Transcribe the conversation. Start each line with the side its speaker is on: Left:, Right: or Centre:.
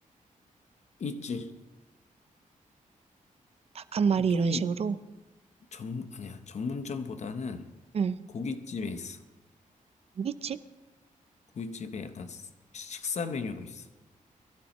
Left: 있지.
Right: 닭 한 마리
Left: 보통은
Right: 이런 식으로?
Left: 전, 아니야. 전문점보다는
Right: 응.
Left: 고깃집에 있어.
Right: 고깃집?
Left: 고깃집에 약간 스- 식사 메뉴로 있어.